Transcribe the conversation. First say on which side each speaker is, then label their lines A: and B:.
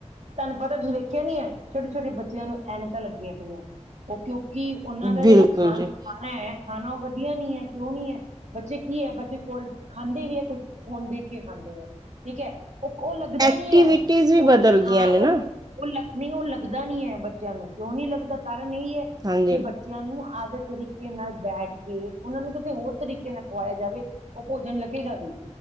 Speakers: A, on the right; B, on the right.
A: ਤੁਹਾਨੂੰ ਪਤਾ ਤੁਸੀਂ ਵੇਖਿਆ ਨੀ ਹੈ। ਛੋਟੇ-ਛੋਟੇ ਬੱਚਿਆਂ ਨੂੰ ਐਨਕਾਂ ਲੱਗੀਆਂ ਪਈਆਂ, ਕਿਉਂਕਿ ਉਹ ਕਿ, ਉਹਨਾਂ ਦਾ
B: ਬਿਲਕੁਲ
A: ਜਿਹੜਾ ਖਾ
B: ਜੀ
A: ਖਾਣਾ ਹੈ, ਖਾਣਾ ਉਹ ਵਧੀਆ ਵਧਆ ਨੀ ਹੈ ਕਿਉਂ ਨੀ ਹੈ, ਬੱਚੇ ਕੀ ਹੈ ਬੱਚੇ ਕੋਲ ਖਾਂਦੇ ਵੀ ਹੈ, ਕੁਛ ਫੋਨ ਦੇਖ ਕੇ ਖਾਂਦੇ ਹੈ। ਠੀਕ ਹੈ ਉਹ ਉਹ ਲੱਗਦਾ
B: ਐਕਟੀਵਿਟੀਜ਼
A: ਨੀ ਹੈ,
B: ਵੀ
A: ਉਹ
B: ਬਦਲ
A: ਹਾਂ
B: ਗਈਆਂ ਨੇ ਨਾ
A: ਉਹ ਉਹ ਲ ਨਹੀਂ ਉਹ ਲੱਗਦਾ ਨੀ ਹੈ ਬੱਚਿਆਂ ਨੂੰ ਕਿਉਂ ਨੀ ਲੱਗਦਾ ਕਾਰਨ ਇਹੀ ਐ
B: ਹਾਂਜੀ
A: ਜੇ ਬੱਚਿਆਂ ਨੂੰ ਦੇ ਤਰੀਕੇ ਨਾਲ ਬੈਠ ਕੇ ਉਹਨਾਂ ਨੂੰ ਕਿਸੇ ਹੋਰ ਤਰੀਕੇ ਨਾਲ ਖਵਾਇਆ ਜਾਵੇ, ਉਹ ਭੋਜਨ ਲੱਗੇਗਾ ਵੀ।